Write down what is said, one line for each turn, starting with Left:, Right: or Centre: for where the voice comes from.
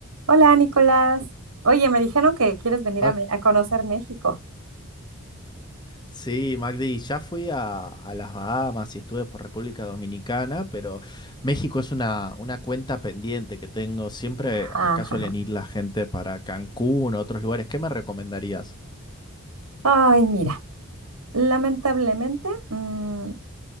Right: Hola, Nicolás. Oye, me dijeron que quieres venir
Left: Al-
Right: a, Me- a conocer México.
Left: Sí, Magdi, ya fui a, a las Bahamas y estuve por República Dominicana, pero México es una, una cuenta pendiente que tengo. Siempre
Right: Ajá.
Left: acá suelen ir la gente para Cancún o otros lugares. ¿Qué me recomendarías?
Right: Ay, mira, lamentablemente, mm,